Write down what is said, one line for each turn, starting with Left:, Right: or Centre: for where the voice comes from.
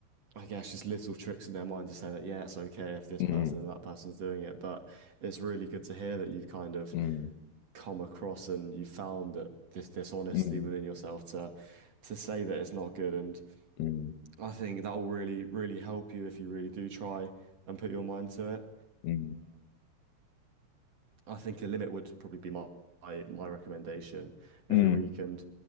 Right: I guess, just little tricks in their mind to say that, yeah, it's okay if this
Left: mm,
Right: person and that person's doing it. But it's really good to hear that you've kind of
Left: mm,
Right: come across and you found that this dishonesty
Left: mm,
Right: within yourself to to say that it's not good. And
Left: mm,
Right: I think that will really, really help you if you really do try and put your mind to it.
Left: mm,
Right: I think a limit would probably be my my, my recommendation
Left: mm,
Right: every week, and